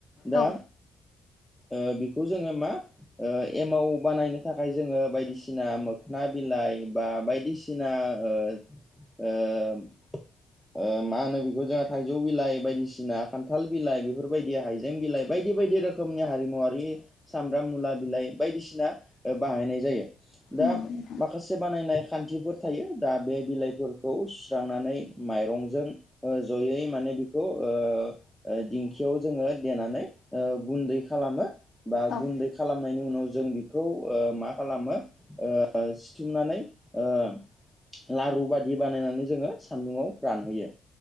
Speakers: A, in the centre; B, on the left.
A: दा
B: औ
A: ओ बेखौ जोङो मा ओ एमाव बानायनो थाखाय जोङो बायदिसिना मोखोना बिलाइ बा बायदिसिना जोंहा ओ ओ ओ मा होनो बेखौ थाइजौ बिलाइ बायदिसिना खान्थाल बिलाइ बेफोरबायदि हाइजें बिलाइ बायदि बायदि रोखोमनि हारिमुवारि सामब्राम मुला बिलाइ बायदिसिना बाहायनाय जायो दा
B: नंगौ नोंथां
A: माखासे से बानायनाय खान्थिफोर थायो दा बे बिलाइफोरखौ सुस्रांनानै माइरंजों ओ जयै माने बेख खौ ओ दिंखियाव जोङो देनानै ओ गुन्दै खालामो। बा
B: औ
A: गुन्दै खालाम खालामनायनि उनाव जों ओ बेखौ मा खालामो ओ सिथुमनानै ओ लारु बायदि बानायनानै जोङो सान्दुंङाव रानहोयो